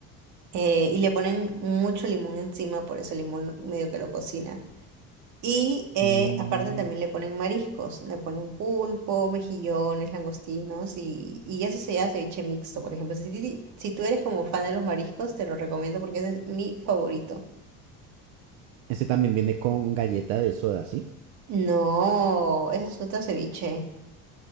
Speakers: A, on the right (about 55°); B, on the right (about 75°).
A: eh, y le ponen mucho limón encima, por eso el limón medio que lo cocina. Y eh,
B: Mm,
A: aparte también le ponen mariscos, le ponen pulpo, mejillones, langostinos y, y eso se llama ceviche mixto, por ejemplo. Si, ti- si tú eres como fan de los mariscos, te lo recomiendo porque ese es mi favorito.
B: ese también viene con galleta de soda, ¿sí?
A: No, ese es otro ceviche.